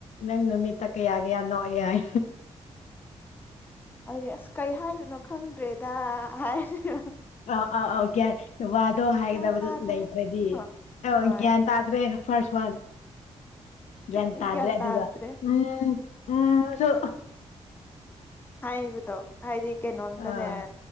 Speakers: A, on the left (about 75°); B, on the left (about 15°).
A: ꯅꯪ ꯅꯨꯃꯤꯠꯇ ꯀꯌꯥ ꯀꯌꯥ ꯅꯣꯛꯏ ꯍꯥꯏ
B: ꯑꯩꯗꯤ ꯑꯁ ꯀꯩ ꯍꯥꯏꯗꯣꯏꯅꯣ ꯈꯪꯗ꯭ꯔꯦꯗ ꯍꯥꯏꯔꯁꯤꯔ
A: ꯑ ꯑ ꯑꯣ ꯒ꯭ꯌꯥꯟ ꯋꯥꯗꯣ ꯍꯥꯏꯒꯗꯕ
B: ꯒ꯭ꯌꯥꯟ ꯇꯥꯗ꯭ꯔꯦ
A: ꯂꯩꯇ꯭ꯔꯗꯤ
B: ꯍꯣꯏ
A: ꯑ
B: ꯍꯣꯏ
A: ꯒ꯭ꯌꯥꯟ ꯇꯥꯗ꯭ꯔꯦ ꯐꯥꯔꯁ ꯋꯥꯟ ꯒ꯭ꯌꯥꯟ
B: ꯑꯩ
A: ꯇꯥꯗ꯭ꯔꯦ ꯑꯗꯨꯒ
B: ꯇꯥꯗ꯭ꯔꯦ
A: ꯎꯝ ꯎꯝꯁꯨ
B: ꯍꯥꯏꯕꯗꯣ ꯍꯥꯏꯗꯤ ꯀꯩꯅꯣꯝꯗꯅꯦ
A: ꯑꯥ